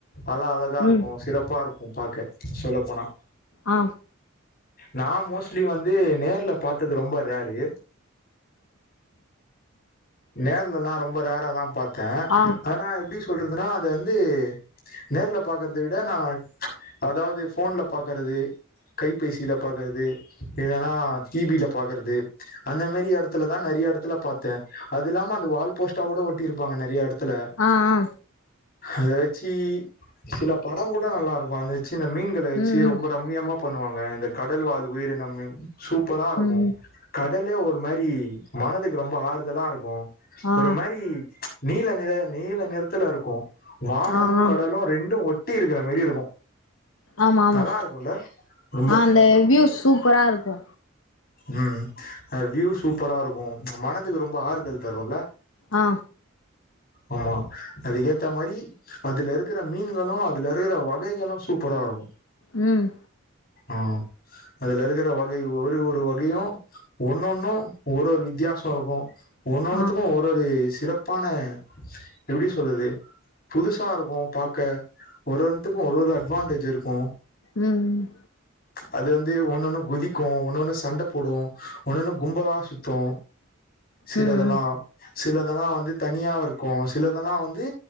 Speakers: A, on the left; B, on the left.
A: அலா அழகா இருக்கு
B: ம்
A: சிறப்பா இருக்கு பாக்க சொல்ல போனா
B: ஆ
A: நா மோஸ்ட்லி வந்து நேர்ல பாத்தது ரொம்ப ரேரு நேர்லல்லா ரொம்ப ரேராதா பாத்த
B: ஆ
A: ஆனா எப்டி சொல்றதுனா அத வந்து நேர்ல பாக்கறத விட நா அதாவது ஃபோன்ல பாக்கறது கைபேசில பாக்கறது இல்லனா டி வில பாக்கறது அந்த மாரி எடத்துலதா நெறையா எடத்துல பாத்த அது இல்லாம அந்த வால்போஸ்ட்டா கூட ஒட்டி இருப்பாங்க நெறையா எடத்துல
B: ஆ ஆ
A: அத வெச்சு சில படங் கூட நல்லா இருக்கு அந்த சின்ன மீன்கள வெச்சு
B: ம் ம்
A: ரொம்ப ரம்மியமா பண்ணுவாங்க இந்த கடல் வாழ் உயிரினம் சூப்பரா இருக்கு
B: ம் ம்
A: கடலே ஒரு மாரி மனதுக்கு ரொம்ப ஆறுதலா இருக்கு
B: ஆ
A: ஒரு மாரி நீல நிற நீல நிறத்துல இருக்கு வானமு
B: ஆ ஆ
A: கடலு ரெண்டு ஒட்டி இருக்கிற மாரி இருக்கு
B: ஆமாமா
A: நல்லா இருக்குல்ல ரொம்ப
B: அந்த வியூ சூப்பரா இருக்கு
A: ம் அது சூப்பராருக்கு மனதுக்கு ரொம்போ ஆறுதல் தரு இல்ல
B: ஆ
A: ஆமா அதுக்கேத்த மாரி அதுல இருக்கிற மீன்களு அதுல இருக்கிற வகைகளு சூப்பரா இருக்கு
B: ம்
A: ம் அதுல இருக்கற வகை ஒரு ஒரு வகையு ஒன்னொன்னு ஒரு ஒரு வித்தியாசோ இருக்கு ஒன்னொன்னுத்துக்கு
B: ஆ
A: ஒரு ஒரு சிறப்பான எப்டி சொல்றது புதுசா இருக்கு பாக்க ஒரு ஒண்த்துக்கு ஒரு ஒரு அட்வான்டேஜ் இரு க்கு
B: ம் ம்
A: அது வந்து ஒன்னொன்னு குதிக்கு ஒன்னொன்னு சண்ட போடு ஒன்னொன்னு கும்பலா சுத்து சிலதுலா
B: ம் ம்
A: சிலதெல்லா வந்து தனியா இருக்கு சிலதெல்லா வந்து